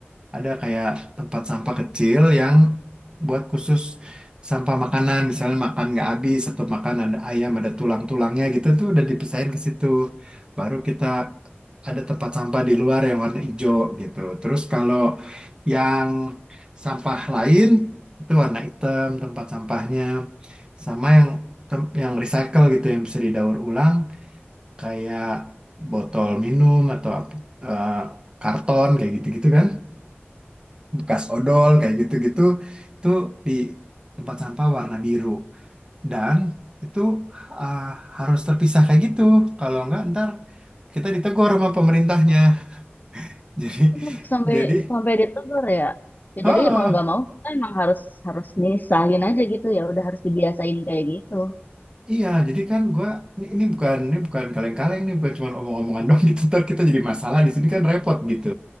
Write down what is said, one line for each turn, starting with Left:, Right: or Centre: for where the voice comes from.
Right: ada kayak tempat sampah kecil yang buat khusus sampah makanan, misalnya makan nggak habis atau makan ada ayam ada tulang-tulangnya gitu tuh udah dipisahin ke situ. Baru kita ada tempat sampah di luar yang warna hijau gitu. Terus kalau yang sampah lain itu warna hitam tempat sampahnya. Sama yang tem- yang recycle gitu yang bisa didaur ulang kayak botol minum atau ap- eh, karton kayak gitu-gitu kan. Bekas odol kayak gitu-gitu itu di tempat sampah warna biru. Dan itu ah, harus terpisah kayak gitu. Kalau enggak ntar kita ditegur sama pemerintahnya. <laughs> Jadi
Left: Oh, sampai
Right: jadi
Left: sampai ditegur ya. Ya
Right: ha
Left: jadi mau nggak mau kita emang harus harus nyisahin aja gitu ya udah harus dibiasain kayak gitu.
Right: Iya, jadi kan gua ini, ini bukan ini bukan kaleng-kaleng ini bukan cuma omong-omongan <laughs> doang gitu. Ntar kita jadi masalah di sini kan repot gitu.